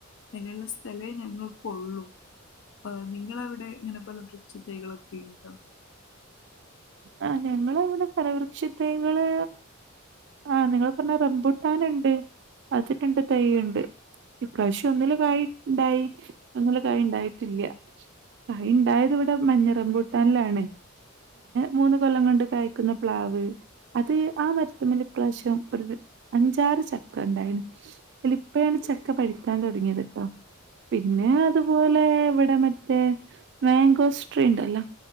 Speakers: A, on the left; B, on the right.
A: അതിനുള്ള സ്ഥലേ ഞങ്ങക്കൊള്ളു. ആ നിങ്ങളവിടെ ഇങ്ങനെ പലവൃക്ഷ തൈകളൊക്കെ ഉണ്ടോ?
B: ആ ഞങ്ങങ്ങളവിടെ ഫലവൃക്ഷത്തകള് ആ നിങ്ങള് പറഞ്ഞ റമ്പൂട്ടാൻ ഇണ്ട്, അതിരണ്ട് തയ്യുണ്ട്, ഇപ്രാവശ്യം ഒന്നില് കായി ഇണ്ടായി, ഒന്നില് കായി ഇണ്ടായിട്ടില്ല. കായിണ്ടായതിവിടെ <unintelligible> മഞ്ഞ റംമ്പൂട്ടാനിലാണ്. മൂന്ന് കൊല്ലം കൊണ്ട് കായ്ക്കുന്ന പ്ലാവ്. അത് ആ മരത്തമ്മല് ഇപ്രാവശ്യം ഒരു വ് അഞ്ചാറ് ചക്ക ഇണ്ടായിണ്, അതില് ഇപ്പഴാണ് ചക്ക പഴുക്കാൻ തുടങ്ങിയത് കേട്ടോ പിന്നെ അതുപോലെ ഇവിടെ മറ്റേ മാങ്കോസ്ട്രി ഇണ്ടല്ലോ